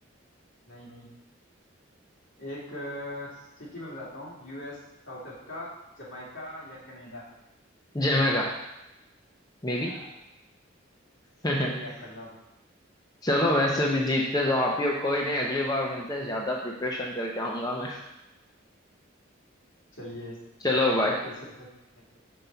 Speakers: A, on the left; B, on the left.
A: नहीं नहीं एक सिटी में बताता हूँ यूएस साउथ अफ्रीका जमाइका या कनाडा
B: जमेगा मे बी
A: हाँ
B: <laughs>
A: सही है आपका जवाब
B: चलो वैसे भी जीतते तो आप ही हो कोई नहीं अगली बार मिलते हैं ज्यादा प्रिपरेशन करके आऊंगा मैं
A: चलिए
B: <laughs> चलो
A: अगली
B: भाई
A: बार फिर से मिलेंगे